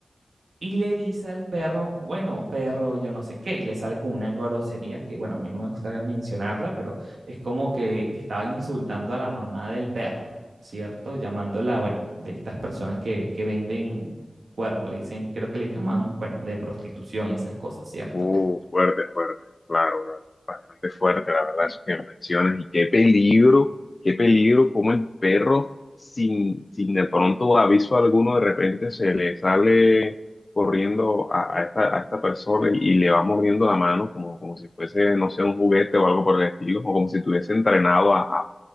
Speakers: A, on the right; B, on the left.
A: y le dice al perro, bueno, perro, yo no sé qué, y le sale con una grosería que, bueno, a mí no me gustaría mencionarla, pero es como que, que estaba insultando a la mamá del perro, ¿cierto? Llamándola, bueno, de estas personas que, que venden cuerpo, le dicen, creo que le llaman, bueno, de prostitución y esas cosas, ¿cierto?
B: Uh, fuerte, fuerte, claro, claro, bastante fuerte, la verdad, eso que mencionas. Y qué peligro, qué peligro, como el perro, sin, sin de pronto aviso alguno, de repente se le sale corriendo a, a esta, a esta persona y, y le va mordiendo la mano, como, como si fuese, no sé, un juguete o algo por el estilo, o como si estuviese entrenado a, a-